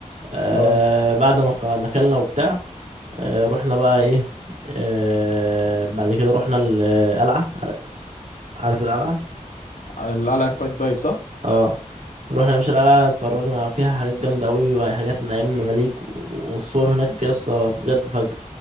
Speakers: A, on the right; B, on the left.
A: آه
B: اه
A: بعد ما خ- ما اكلنا وبتاع آه رحنا بقى ايه آه بعد كده رحنا القلعة عار- عارف القلعة
B: القلعة قايتباي صح
A: اه رحنا يا باشا القلعة اتفرجنا فيها حاجات جامدة قوي وحاجات من ايام المماليك و- والصور هناك يا اسطى بجد فجر